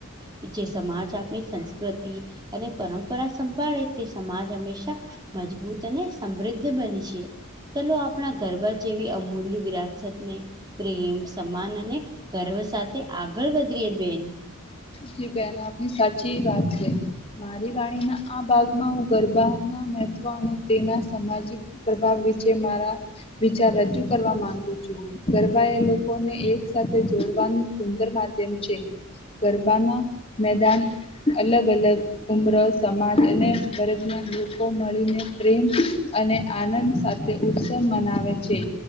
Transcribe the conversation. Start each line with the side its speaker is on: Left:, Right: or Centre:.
Right: છે જે સમાજ આપણી સંસ કૃતિ અને પરંપરા સંભાળે તે સમાજ હંમેશા મજબૂત અને સમૃદ્ધ બનીશે ચલો આપણા ગરબા જેવી અમૂલ્ય વિરાસતને પ્રેમ સમાન અને ગર્વ સાથે આગળ વધીએ બેન.
Left: જી બેન આપની સાચી વાત છે. મારી વાણીના આ ભાગમાં હું ગરબાના મહત્વ અને તેના સામાજિક પ્રભાવ વિશેે મારા વિચાર રજૂ કરવા માંગુ છું. ગરબા એ લોકોને એક સાથે જોડવાનું સુંદર માધ્યમ છે. બારના મેદાન અલગ અલગ ઉમ્ર સમાજ અને <unintelligible> લોકો મળીને પ્રેમ અને આનંદ સાથે ઉત્સવ મનાવે છે